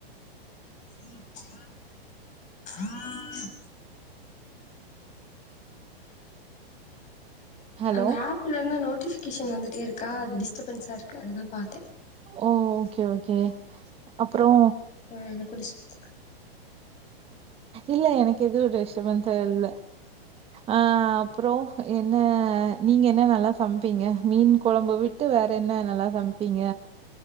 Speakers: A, on the left; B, on the right.
A: <inaudible>
B: ஹலோ.
A: அந்த ஆப்ல இருந்து நோட்டிபிகேஷன் வந்துட்டே இருக்கா அது டிஸ்டப்பன்ஸா இருக்கு அதுதா பாத்
B: ஓ ஓகே ஓகே அப்றோ
A: ம் குடி சுத்த
B: இல்ல எனக்கு எதுவு டிஸ்டபன்ஸா இல்ல அ அப்றோ என்ன நீங்க என்ன நல்லா சமைப்பீங்க மீன் கொழம்ப வித் விட்டு வேற என்ன நல்லா சமைப்பீங்க